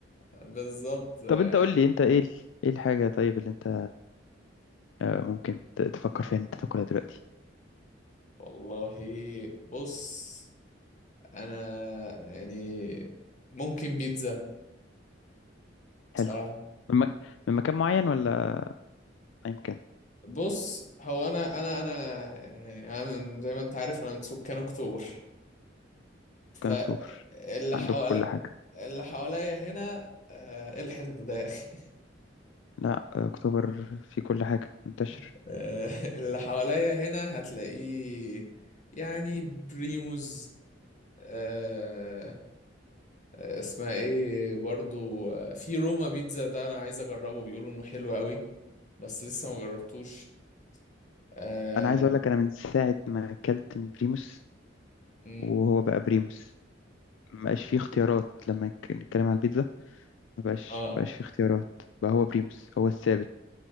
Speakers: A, on the left (about 40°); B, on the left (about 75°).
A: بالظبط آه،
B: طب انت قول لي انت ايه ال... ايه الحاجه طيب اللي انت آه، ممكن ت- تفكر فيها ان انت تاكلها دلوقتي
A: والله بص انا يعني ممكن بيتزا بصراحه
B: حلو من, م... من مكان معين ولا اي مكان
A: بص هو انا انا انا يعني انا من- زي ما انت عارف انا من سكان اكتوبر فاللي
B: كان اكتوبر عندكم
A: حوالي
B: كل حاجه
A: اللي حواليا هنا آه، ايه الحقد ده يا اخي
B: لا آه، اكتوبر في كل حاجه منتشر
A: <laughs> آه، اللي حواليا هنا هتلاقيه يعني بريموز آه، آه، اسمها ايه برضو آه، في روما بيتزا ده انا عايز اجربه بيقولوا انه حلو قوي بس لسه ما جربتوش اه
B: انا عايز اقول لك انا من ساعه ما اكلت من بريموس
A: مم،
B: وهو بقى بريموس ما بقاش فيه اختيارات لما ك- نتكلم على البيتزا ما بقاش
A: آه.
B: ما بقاش فيه اختيارات بقى هو بريموس هو الثابت